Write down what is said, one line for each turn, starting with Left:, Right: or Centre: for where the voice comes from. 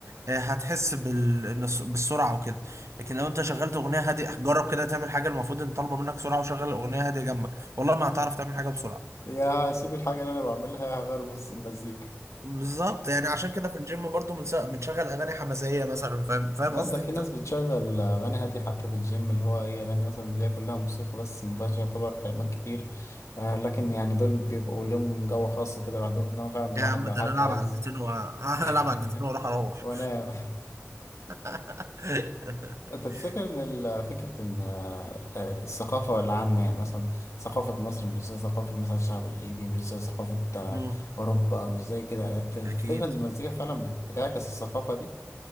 Right: آه، هتحس بال... إن الس- بالسرعة وكده لكن لو انت شغلت اغنية هادية جرب كده تعمل حاجة المفروض ان طالبة منك سرعة وشغل اغنية هادية جنبك والله ما هتعرف تعمل حاجة بسرعة
Left: يا سيب الحاجة اللي انا بعملها هغير بص المزيكا
Right: بالظبط يعني عشان كده في الجيم برضو بنس- بنشغل اغاني حماسيه مثلا فاهم فاهم
Left: لا
Right: قصدي
Left: ده في
Right: انت
Left: ناس بتشغل أغاني هادية حتى في الجيم اللي هو إيه أغاني مثلا اللي هي كلها موسيقى بس ما فيهاش يعتبر كلمات كتير آه لكن يعني دول بيبقوا لهم جو خاص كده لوحدهم إنما فعلا الواحد
Right: يا عم
Left: لو
Right: ده
Left: حد
Right: انا العب
Left: عايز
Right: عدتين وهلعب
Left: <laughs>
Right: عدتين واروح اروح
Left: وأنا
Right: <laughs>
Left: أنت تفتكر إن ال- فكرة إن آه، آه، الثقافة العامة يعني مثلا ثقافة مصر مش زي ثقافة مثلا الشعب الليبي مش زي ثقافة آه،
Right: مم.
Left: أوروبا مش زي كده أنت تفتكر
Right: اكيد
Left: إن المزيكا فعلا بت- بتعكس الثقافة دي؟